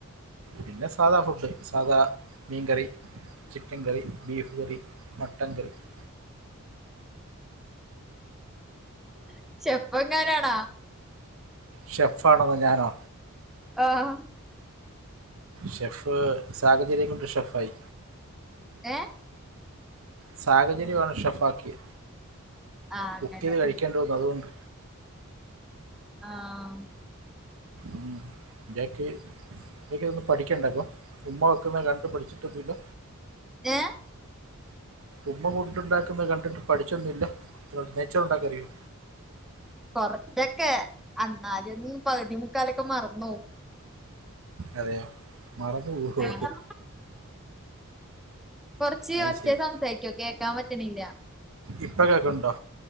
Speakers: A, on the right; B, in the centre.
A: പിന്നെ സാധാ ഫുഡ് സദാ മീൻ കറി ചിക്കൻ കറി ബീഫ് കറി മട്ടൻ കറിക്കെ
B: ഉ <unintelligible> ചെപ്പ എങ്ങാനാണ്
A: ഷെഫ് ആണെന്നോ ഞാനോ
B: ആഹ്
A: ഷെഫ് സാഹചര്യകൊണ്ട് ഷെഫായി
B: ഏ
A: സാഹചര്യമാണ് ഷഫാക്കിയേ
B: ആഹ് അങ്ങനെ
A: ബുക്ക് ചെയ്ത് കഴികണ്ട് അതുകൊണ്ട്
B: ആഹ്
A: ഉം ഇയാക്ക് ഇതൊന്നും പഠിക്കണ്ടപ്പം ഉമ്മ വെക്കുന്ന കണ്ട് പഠിച്ചിട്ടോന്നുല്ല
B: ഏഹ്
A: ഉമ്മ ഫുഡ് ഉണ്ടാക്കുന്നത് കണ്ടിട്ട് പഠിച്ചൊന്നുല്ല നെയ്ച്ചോർ ഉണ്ടാക്കാനറിയോ
B: കൊറച്ചൊക്കെ അന്നാലൊന്നും പകുതി മുക്കാലൊക്കെ മറന്നോവും
A: അതെയോ മറന്ന് പോവോ
B: ആഹ് കൊറച്ച്
A: അത്
B: ഒച്ചേ
A: ശരി
B: സംസാരിക്കോ കേക്കാൻ പറ്റണില്ല
A: ഇപ്പ കേക്കണുണ്ടോ